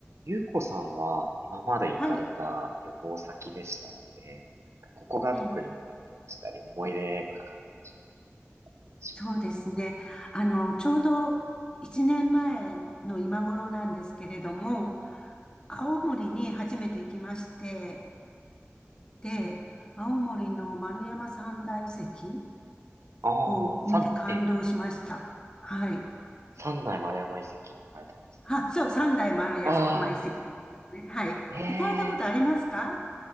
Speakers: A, on the right (about 80°); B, on the left (about 20°).
A: ゆうこさんは今まで行かれた旅行先でしたりで、
B: はい。
A: 何かここが特に良かったでしたり、
B: ええ、
A: 思い出深かったでしたりします
B: そうですね。あの、ちょうど1年前の今頃なんですけれども、青森に初めて行きまして、で、青森の丸山三大遺跡
A: ああ、
B: を見て感動しました。
A: 三、え、
B: はい。
A: 三内丸山遺跡に行かれたんです。
B: あ、そう、三大丸山遺跡ですね。
A: ああ、
B: はい。
A: ええ
B: 行かれたことありますか